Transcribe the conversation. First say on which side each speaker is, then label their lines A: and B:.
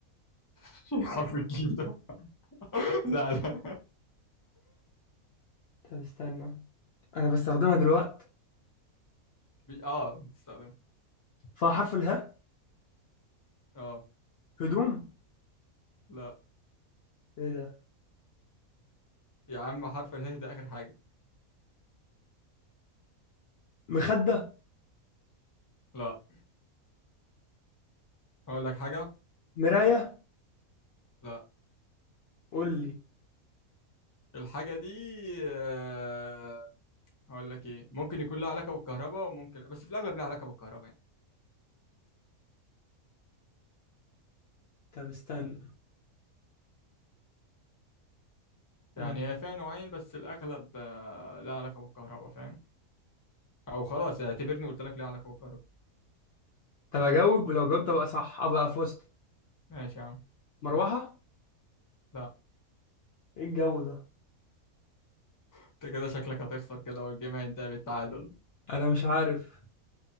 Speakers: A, on the left (about 20°); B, on the left (about 60°).
A: <laughs> حرف الجيم ده <laughs> لا لا
B: طب استنى أنا بستخدمها دلوقتي
A: بي... آه بتستخدمها
B: فيها حرف الهاء
A: آه
B: هدوم
A: لا
B: ايه ده
A: يا عم حرف اله ده آخر حاجة
B: مخدة
A: لا أقول لك حاجة
B: مراية
A: لا
B: قول لي
A: الحاجة دي آه، هقول لك إيه ممكن يكون لها علاقة بالكهرباء وممكن بس في الأغلب لها علاقة بالكهرباء يعني.
B: طب استنى
A: يعني
B: آه.
A: هي فيها نوعين بس الأغلب آه، لها علاقة بالكهرباء فاهم أو خلاص يعني اعتبرني قلت لك ليها علاقة بالكهرباء
B: طب اجاوب ولو جاوبت ابقى صح ابقى فزت
A: ماشي يا عم
B: مروحة
A: لا
B: ايه الجو ده
A: أنت كده شكلك هتخسر كده والجيم هينتهي بالتعادل
B: انا مش عارف